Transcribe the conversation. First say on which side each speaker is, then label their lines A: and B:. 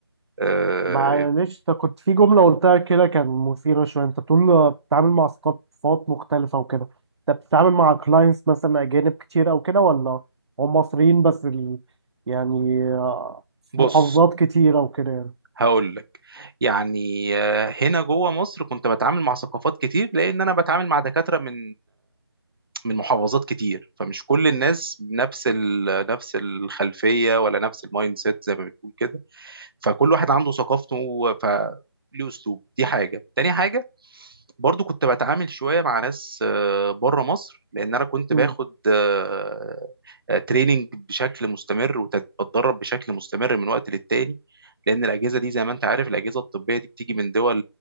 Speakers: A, on the right; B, on the right.
A: آه،
B: معلش انت كنت في جملة قلتها كده كان مثيرة شوية انت بتقول بتتعامل مع ثقافات مختلفة وكده انت بتتعامل مع كلاينتس مثلا أجانب كتير أو كده ولا هم مصريين بس ال... يعني آه، في
A: بص
B: محافظات كتيرة وكده يعني
A: هقول لك يعني آه، هنا جوه مصر كنت بتعامل مع ثقافات كتير لان انا بتعامل مع دكاتره من من محافظات كتير فمش كل الناس نفس ال... نفس الخلفيه ولا نفس المايند سيت زي ما بتقول كده فكل واحد عنده ثقافته ف ليه اسلوبه دي حاجه تاني حاجه برضو كنت بتعامل شويه مع ناس آه، بره مصر لان انا كنت
B: مم.
A: باخد آه، آه، تريننج بشكل مستمر وبتدرب بشكل مستمر من وقت للتاني لان الاجهزه دي زي ما انت عارف الاجهزه الطبيه دي بتيجي من دول